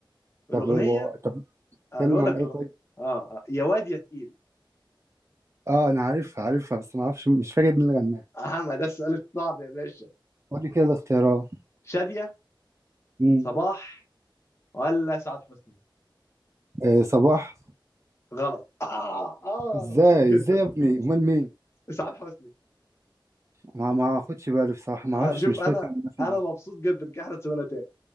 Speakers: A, on the left; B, on the right.
A: الأغنية
B: طب هو طب
A: آه،
B: اتكلم
A: اقول
B: عن
A: لك
B: ايه
A: الأغنية
B: طيب
A: اه آه، يا واد يا تقيل
B: اه انا عارفها عارفها بس ما اعرفش مش فاكر مين اللي غناها
A: <laughs> اه ما ده السؤال الصعب يا باشا
B: قول لي كده الاختيارات
A: شادية
B: مم.
A: صباح ولا سعاد حسني
B: آه صباح
A: غلط اه اه
B: ازاي
A: انا مبسوط جدا
B: ازاي يا ابني
A: مبسوط
B: امال مين
A: اسعاد حسني
B: ما ما اخدش بالي بصراحه ما
A: آه،
B: اعرفش
A: شوف
B: مش
A: انا
B: فاكر مين فنان
A: انا مبسوط جدا ان احنا اتسوينا تاني